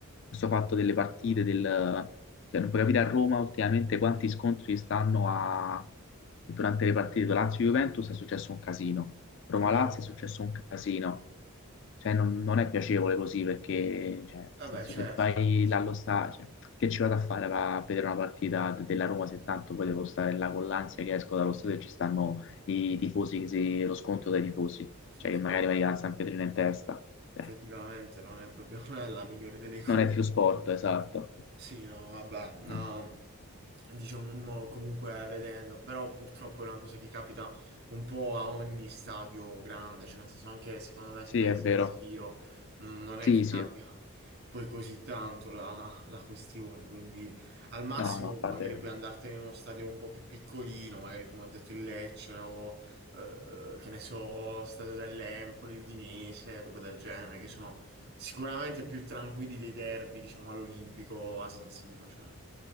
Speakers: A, on the left; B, on the right.
A: questo fatto delle partite, del, cioè non puoi capire a Roma ultimamente quanti scontri stanno a, durante le partite. Lazio-Juventus è successo un casino, Roma-Lazio
B: È vero.
A: è successo un casino. Cioè, non, non è piacevole così perché, cioè, nel
B: Vabbè,
A: senso,
B: certo,
A: se vai
B: certo.
A: là allo stadio, cioè, che ci vado a fare va a vedere una partita de- della Roma se tanto poi devo stare là con l'ansia che esco dallo stadio e ci stanno i tifosi, che si- lo scontro dai tifosi
B: effettivamente.
A: cioè che magari vai al San Pietrino in testa.
B: Effettivamente
A: Eh,
B: non è proprio <laughs> la migliore delle cose.
A: non è più sport, esatto.
B: Sì, no, vabbè, no,
A: Mm.
B: diciamo mo- comunque vedendo, però purtroppo è una cosa che capita un po' a ogni stadio grande, cioè nel senso anche secondo me
A: Sì,
B: se vai
A: è
B: a San
A: vero.
B: Siro mh, non è
A: Sì,
B: che cambia
A: sì.
B: poi così tanto la, <laughs> la questione, quindi al massimo
A: No, no, fate...
B: magari puoi andartene in uno stadio un po' più piccolino, magari come ho detto il Lecce o eh, che ne so, Stadio dell'Empoli, Udinese, robe del genere, che sono sicuramente più tranquilli dei derby, diciamo, all'Olimpico o a San Siro, cioè,